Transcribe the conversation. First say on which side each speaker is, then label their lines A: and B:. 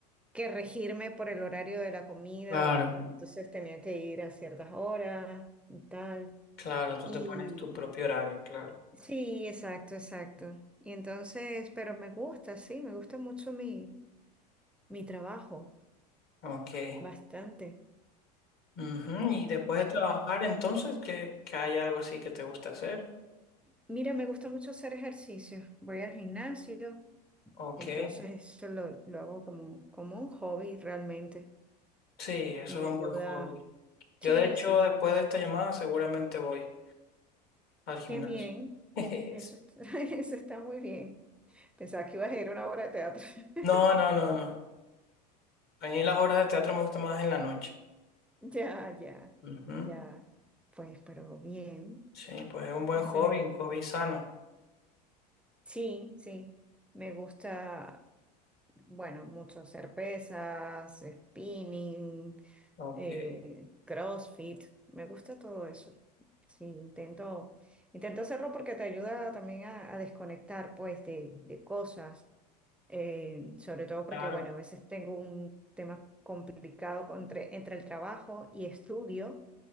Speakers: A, in the centre; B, on the left.
A: que regirme por el horario de la comida,
B: claro,
A: de- entonces tenía que ir a ciertas horas y tal.
B: claro, tú
A: Y
B: te pones tu propio horario, claro.
A: sí, exacto, exacto. Y entonces, pero me gusta, sí, me gusta mucho mi, mi trabajo,
B: Ok.
A: bastante.
B: Ujú. Y después de trabajar, entonces, que, que hay algo así que te gusta hacer.
A: Mira, me gusta mucho hacer ejercicio. Voy al gimnasio,
B: Ok.
A: entonces eso lo, lo hago como, como un hobby realmente
B: Sí, eso
A: y me
B: es un
A: ayuda.
B: buen hobby.
A: Sí,
B: Yo, de hecho,
A: sí, sí.
B: después de esta llamada, seguramente voy al gimnasio.
A: Qué bien.
B: <laughs>
A: Eso está, <laughs> eso está muy bien. Pensaba que ibas a ir a una obra de teatro.
B: No,
A: <laughs>
B: no, no, no. A mí las obras de teatro me gustan más en la noche.
A: Ya, ya,
B: Ujú.
A: ya. Pues, pero bien.
B: Sí, pues es un buen
A: Excelente.
B: hobby, un hobby sano.
A: Sí, sí. Me gusta, bueno, mucho hacer pesas, spinning.
B: Ok,
A: eh, CrossFit, me gusta todo eso. Sí, intento, intento hacerlo porque te ayuda también a, a desconectar pues de, de cosas, eh, sobre todo porque
B: claro.
A: bueno, a veces tengo un tema complicado con- entre, entre el trabajo y estudio,